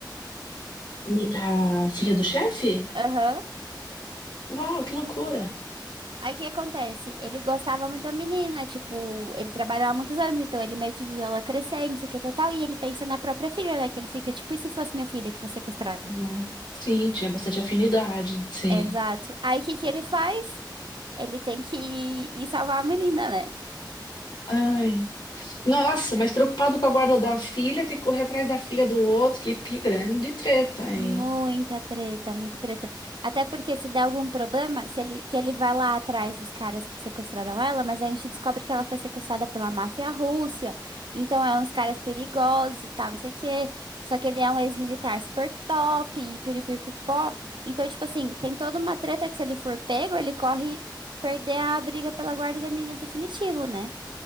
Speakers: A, on the left (about 70°); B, on the right (about 85°).
A: Me- A filha do chefe?
B: Aham.
A: Uau, que loucura.
B: Aí, o que acontece? Ele gostava muito da menina, tipo, ele trabalhava há muitos anos, então ele meio que viu ela crescer e não sei o que tal, tal, e ele pensa na própria filha, né? Que ele fica tipo, e se fosse minha filha que fosse sequestrada?
A: Hum. Sim, tinha bastante afinidade, sim.
B: Exato. Aí, o que que ele faz? Ele tem que ir ir salvar a menina, né?
A: Ai. Nossa, mas preocupado com a guarda da filha, tem que correr atrás da filha do outro, que, que grande treta, hein?
B: Muita treta, muita treta. Até porque se der algum problema, se ele, que ele vai lá atrás dos caras que sequestraram ela, mas aí a gente descobre que ela foi sequestrada pela máfia russa. Então é uns caras perigosos e tal, não sei o quê. Só que ele é um ex-militar super top, e piripipopó. Então, tipo assim, tem toda uma treta que se ele for pego, ele corre perder a briga pela guarda da menina definitivo, né?